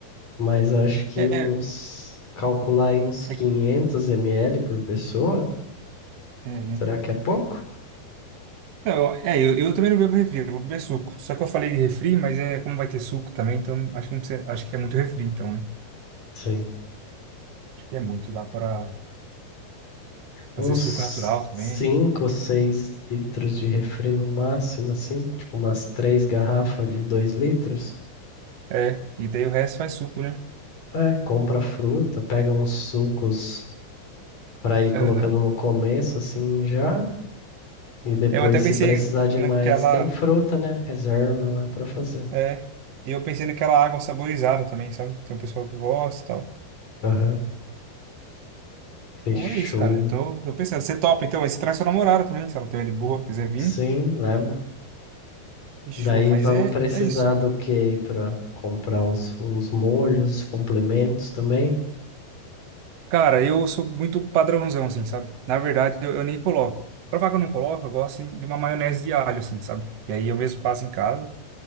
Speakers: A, on the left; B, on the right.
A: Mas acho que
B: É,
A: uns. Calcular aí uns 500
B: é,
A: ml por pessoa.
B: é, né?
A: Será que é pouco?
B: Não, é, eu, eu também não bebo refri, eu vou beber suco. Só que eu falei de refri, mas é como vai ter suco também, então acho que não precisa, acho que é muito refri, então, né?
A: Sim.
B: Acho que é muito, dá para
A: Uns
B: fazer suco natural também.
A: 5, 6 litros de refri no máximo, assim. Tipo, umas três garrafas de 2 litros.
B: É, e daí o resto faz suco, né?
A: É, compra fruta, pega uns sucos para ir colocando
B: Aham.
A: no começo, assim, já. E depois,
B: Eu até pensei
A: se precisar de
B: naquela,
A: mais, tem fruta, né? Reserva lá para fazer.
B: é, eu pensei naquela água saborizada também, sabe? Tem um pessoal que gosta e tal.
A: Aham, fechou.
B: Então é isso, cara. Eu tô, tô pensando, você topa, então, aí você traz sua namorada também, se ela tiver de boa, quiser vir.
A: Sim, levo.
B: Fechou,
A: Daí
B: mas
A: vamos
B: é,
A: precisar
B: é isso.
A: do que aí para comprar uns, uns molhos, complementos também.
B: Cara, eu sou muito padrãozão, assim, sabe? Na verdade, eu, eu nem coloco. Pra falar que eu não coloco, eu gosto assim, de uma maionese de alho, assim, sabe? Que aí eu mesmo faço em casa.